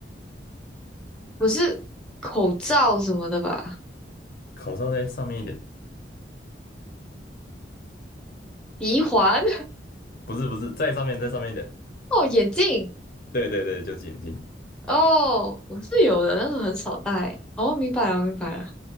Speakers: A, in the centre; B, on the left.
A: 不是口罩什么的吧？
B: 口罩在上面一点，
A: 鼻环
B: 不是不是，在上面在上面一点，
A: <laughs> 哦，眼镜
B: 对对对，就是眼镜，
A: 哦，我是有的，但是很少戴。哦，明白了，明白了。